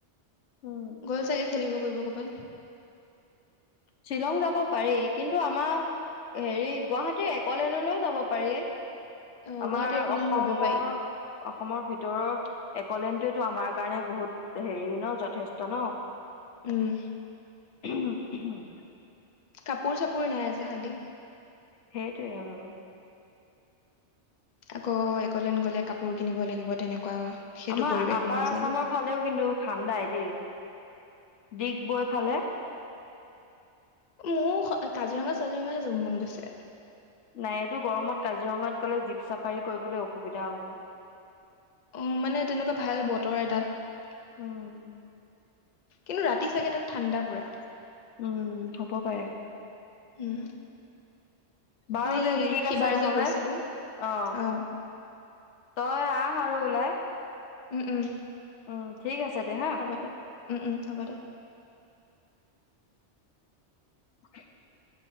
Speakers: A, on the left (about 80°); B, on the left (about 45°).
A: উম
B: গ'ল চাগে খেলিব কৰিব কৰবাত। বাৰু।
A: শ্বিলং যাব পাৰি কিন্তু আমাৰ হেৰি গুৱাহাটীৰ এক'লেণ্ডলৈয়ো যাব পাৰি।
B: অ
A: আমাৰ
B: গুৱাহাটী একলেণ্ড
A: অসমৰ
B: যাব পাৰি
A: অসমৰ ভিতৰত ভিতৰৰ এক'লেণ্ডটোয়েটো আমাৰ কাৰণে বহুত হেৰি নহ যথেষ্ট নহ।
B: উম।
A: হম হম।
B: কাপোৰ-চাপোৰ নাই যে খালি।
A: সেইটোৱে আৰু।
B: আকৌ এক'লেণ্ড গ'লে কাপোৰ কিনিব লাগিব তেনেকুৱা। সেইটো
A: আমাৰ
B: পৰিৱেশ
A: আপাৰ
B: অনুযায়ী
A: আছামৰ ফালেও কিন্তু ঠাণ্ডাই দেই। ডিগবৈ ফালে।
B: মোৰ কাজিৰঙা চাজিৰঙাহে যাব মন গৈছে।
A: নাই এইটো গৰমত কাজিৰঙাত গ'লে জীপ চাফাৰী কৰিবলৈ অসুবিধা হব।
B: অ মানে তেনেকুৱা ভাল বতৰ এটাত।
A: উম,
B: কিন্তু ৰাতি চাগে তাত ঠাণ্ডা পুৰা।
A: উম হ'ব পাৰে।
B: উম।
A: বাৰু
B: নাই
A: দে ঠিক
B: সিবাৰ
A: আছে নহ'লে
B: যে গৈছিলো
A: অ
B: অ
A: তই আহ আৰু উলাই।
B: উম উম।
A: উম ঠিক আছে। দে হা
B: হ'ব দে উম উম হ'ব দে।
A: <inaudible>